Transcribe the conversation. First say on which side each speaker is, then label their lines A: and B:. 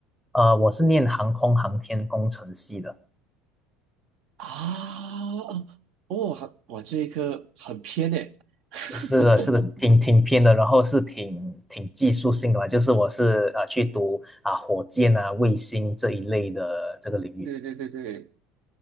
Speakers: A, in the centre; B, on the right.
A: 呃，我是念航空航天工程系的，
B: 啊，哦，还哇，这一科很偏诶。<laughs>
A: 是的，是的，挺挺偏的，然后是挺挺技术性的吧，就是我是啊、呃去读啊、火箭啊、卫星这一类的这个领域。
B: 对对对对，